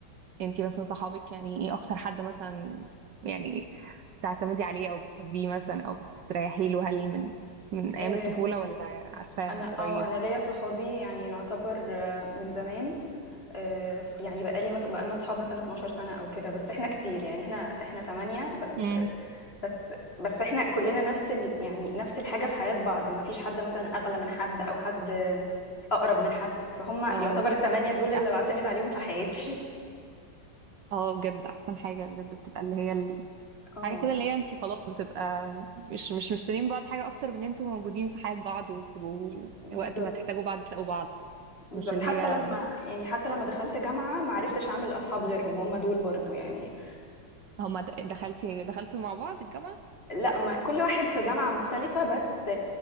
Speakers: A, on the right; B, on the left.
A: انتي مثلا صحابك يعني ايه اكتر حد مثلا يعني بتعتمدي عليه او بتحبيه مثلا او بتستريحي له هل من من ايام
B: آه،
A: الطفوله ولا عارفاه
B: انا
A: من قريب
B: اه انا ليا صحابي يعني نعتبر آه، من زمان آه، يعني بقالي مثلا بقالنا صحاب مثلا 12 سنة او كده بس احنا كتير يعني احنا احنا تمانية بس
A: امم
B: بس بس احنا كلنا نفس ال... يعني نفس الحاجة في حياة بعض ما فيش حد مثلا أغلى من حد أو حد أقرب من حد فهم
A: اه
B: يعتبر التمانية دول اللي
A: أح-
B: بعتمد عليهم في حياتي
A: اه بجد احسن حاجه بجد بتبقى اللي هي
B: <laughs> اه
A: حاجة كده اللي هي انتي خلاص بتبقى مش مش مستنيين بعض حاجة أكتر من ان انتوا موجودين في حياة بعض وبتبقوا
B: بالظبط
A: وقت ما تحتاجوا بعض تلاقوا بعض
B: بالظبط
A: مش اللي
B: حتى
A: هي
B: لما يعني حتى لما دخلت جامعة ما عرفتش أعمل أصحاب غيرهم هم دول برضو يعني
A: هما د- دخلتي دخلتوا مع بعض الجامعة
B: لا ما كل واحد في جامعة مختلفة بس